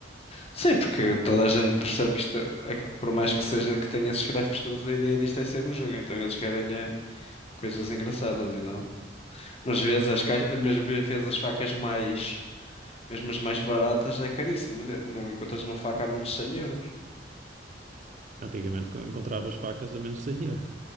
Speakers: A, on the left (about 35°); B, on the right (about 45°).
A: Sim, porque toda a gente percebe que isto é que por mais que seja que tenha esses gráficos todos, a ideia disto é ser no jogo, então eles querem é, coisas engraçadas e não. Mas às vezes as caixas, mas às vezes as facas mais, mesmo as mais baratas, é caríssimo. Não encontras uma faca a menos de 100 euros.
B: Antigamente co- encontravas facas a menos de 100 euros.